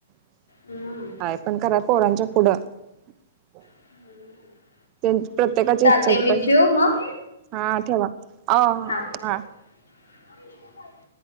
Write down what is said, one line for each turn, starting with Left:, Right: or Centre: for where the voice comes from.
Right: <unintelligible>
Left: हम्म
Right: पोरांच्या पुढं -
Left: <inaudible>
Right: त्यांची प्रत्येकाची
Left: चालते
Right: इच्छा पण
Left: मी
Right: पाहिजे.
Left: ठेवू मग
Right: हा ठेवा. अ..
Left: हा
Right: ह
Left: <inaudible>